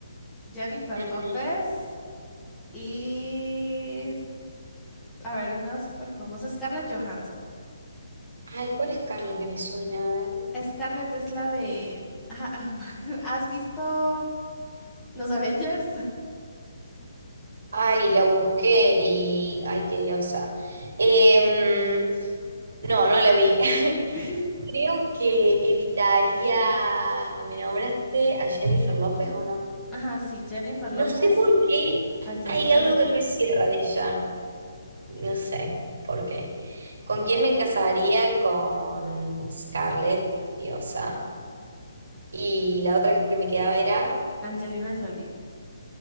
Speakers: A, in the centre; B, on the right.
A: Jennifer
B: Ujú.
A: López y, a ver, una súper famosa, Scarlett Johansson.
B: Ay, ¿cuál es Carla que me suena? A ver.
A: Scarlett es la de... Ajá, <laughs> ¿has visto Los Avengers?
B: Ay, la busqué y... Ay, qué diosa. Em, no, no la vi. <laughs>
A: <laughs>
B: Creo que evitaría... ¿Me nombraste a Jennifer López o no?
A: Ajá, sí, Jennifer López,
B: No sé por qué
A: Angelina
B: hay algo
A: Jolie.
B: que no me cierra de ella. No sé por qué. ¿Con quién me casaría? Con Scarlett, diosa. Y la otra que me quedaba era.
A: Angelina Jolie.